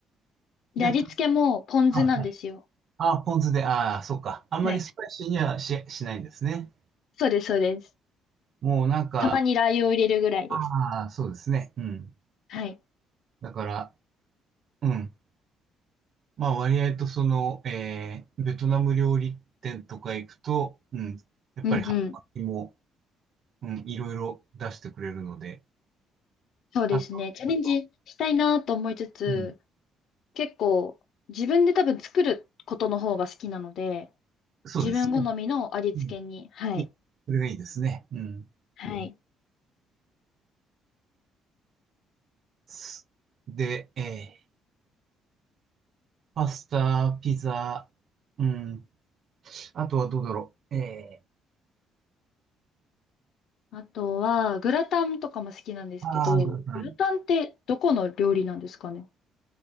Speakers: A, on the left; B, on the right.
A: で、
B: で、
A: 味付けもポン酢なんですよ。
B: たあ、はい。ああ、ポン酢で、ああ、そうか。あんまりスパイシーにはし、
A: はい。
B: しないんですね。
A: そうです、そうです。
B: もうなんか、
A: たまにラー油を入れるぐらいです。
B: ああ、そうですね。うん。
A: はい。
B: だから、うん。まあ割合とその、えー、ベトナム料理店とか行くと、うん。やっぱり春巻きも、
A: うんうん。
B: うん、いろいろ出してくれるので、
A: そうですね。
B: あと、
A: チャレンジしたいなと思いつつ、
B: あとうん。
A: 結構自分で多分作ることの方が好きなので、
B: そうですね。
A: 自分好みの味付けに、
B: うん。
A: はい。
B: いい、それがいいですね。うん。
A: はい。
B: すで、えーパスタ、ピザ、うん。あとはどうだろう。え
A: あとは、グラタンとかも好きなんですけど、
B: ー、あーグラタン。
A: グラタンってどこの料理なんですかね